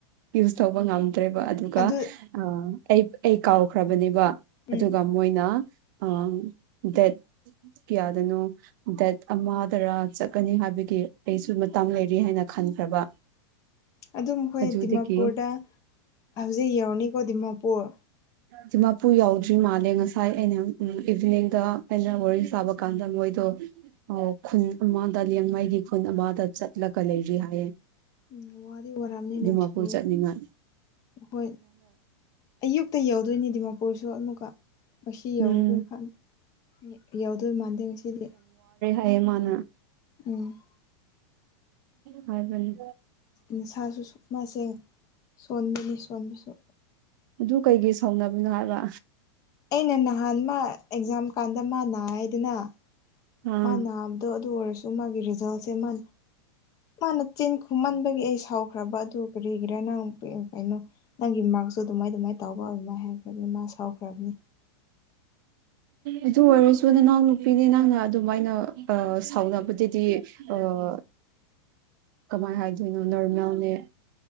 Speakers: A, on the right; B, on the left.
A: ꯌꯨꯁ ꯇꯧꯕ ꯉꯝꯕ ꯭ꯔꯦꯕ ꯑꯗꯨꯒ
B: ꯑꯗꯨ
A: ꯑꯩ ꯑꯩ ꯀꯥꯎꯈ꯭ꯔꯕꯅꯦꯕ ꯑꯗꯨꯒ
B: ꯎꯝ
A: ꯃꯣꯏꯅ ꯑꯥ ꯗꯦꯠ ꯀꯌꯥꯗꯅꯣ ꯗꯦꯠ ꯑꯃꯗꯔꯥ ꯆꯠꯀꯅꯤ ꯍꯥꯏꯕꯒꯤ ꯑꯩꯁꯨ ꯃꯇꯥꯡ ꯂꯩꯔꯤ ꯍꯥꯏꯅ ꯅ ꯈꯟꯈ꯭ꯔꯕ
B: ꯑꯗꯨꯝ ꯑꯩꯈꯣꯏ
A: ꯑꯗꯨꯗꯒꯤ
B: ꯗꯤꯃꯥꯄꯨꯔꯗ ꯍꯧꯖꯤꯛ ꯌꯧꯔꯅꯤꯀꯣ ꯗꯤꯃꯥꯄꯨꯔ
A: ꯁꯤꯃꯄꯨ ꯌꯥꯎꯗ꯭ꯔꯤ ꯃꯥꯜꯂꯦ ꯉꯁꯥꯏ ꯑꯩꯅ ꯎ ꯏꯚꯤꯅꯤꯡꯗ ꯑꯩꯅ ꯋꯥꯔꯤ ꯁꯥꯕ ꯀꯥꯟꯗ ꯃꯣꯏꯗꯣ ꯈꯨꯟ ꯑꯃꯗ ꯂꯦꯡꯉꯥꯏꯒꯤ ꯈꯨꯟ ꯑꯃꯗ ꯆꯠꯂꯒ ꯂꯩꯔꯤ ꯍꯥꯏꯌꯦ
B: ꯎꯝ ꯋꯥꯗꯤ ꯑꯣꯏꯔꯝꯅ ꯅꯨꯡꯁꯤꯦ
A: ꯗꯤꯃꯥꯄꯨꯔ ꯆꯠꯅꯤꯡꯉꯥꯏ
B: ꯍꯣꯏ ꯑꯌꯨꯛꯇ ꯌꯧꯗꯣꯏꯅꯤ ꯗꯤꯃꯥꯄꯨꯔꯁꯨ ꯀꯣ ꯉꯁꯤ
A: ꯎꯝ
B: ꯌꯧꯔꯔꯣꯏꯅꯤ ꯌꯧꯗꯣꯏ ꯃꯥꯟꯗꯦ ꯉꯁꯤꯗꯤ
A: ꯑꯌꯦ ꯃꯥꯅ
B: ꯎꯝ
A: ꯍꯥꯏꯒꯅꯤ
B: ꯅꯁꯥꯁꯨ ꯁꯨꯞ ꯃꯥꯁꯦ ꯁꯣꯟꯕꯅꯤ ꯁꯣꯟꯕꯁꯨ
A: ꯑꯗꯨ ꯀꯩꯒꯤ ꯁꯥꯎꯅꯕꯅꯣ ꯍꯥꯏꯕ
B: ꯑꯩꯅ ꯅꯍꯥꯟ ꯃꯥ ꯑꯦꯛꯖꯥꯝ ꯀꯥꯟꯗ ꯃꯥ ꯅꯥꯏꯗꯅ
A: ꯑꯥ
B: ꯃꯥ ꯅꯥꯕꯗꯣ ꯑꯗꯨ ꯑꯣꯏꯔꯁꯨ ꯃꯥꯒꯤ ꯔꯤꯖꯜꯁꯦ ꯃꯥ ꯃꯥꯅ ꯆꯦꯟ ꯈꯨꯝꯃꯟꯕꯒꯤ ꯑꯩ ꯁꯥꯎꯈ꯭ꯔꯕ ꯑꯗꯨ ꯀꯔꯤꯒꯤꯔꯥ ꯅꯪ ꯀꯩꯅꯣ ꯅꯪꯒꯤ ꯃꯥꯥꯛꯁꯨ ꯑꯗꯨꯃꯥꯏ ꯑꯗꯨꯃꯥꯏꯅ ꯇꯥꯎꯕ ꯑꯗꯨꯃꯥꯏ ꯍꯥꯏꯈ꯭ꯔꯕꯅꯤ ꯃꯥ ꯁꯥꯎꯈ꯭ꯔꯕꯅꯤ
A: ꯑꯗꯨ ꯑꯣꯏꯔꯁꯨ ꯅꯅꯥꯎ ꯅꯨꯄꯤꯅꯦ ꯅꯪꯅ ꯑꯗꯨꯃꯥꯏꯅ ꯁꯥꯎꯅꯕꯗꯨꯗꯤ ꯑ <unintelligible> <inaudible>
B: <unintelligible> <inaudible>
A: ꯀꯃꯥꯏ ꯍꯥꯏꯗꯣꯏꯅꯣ ꯅꯔ ꯌꯥꯎꯅꯦ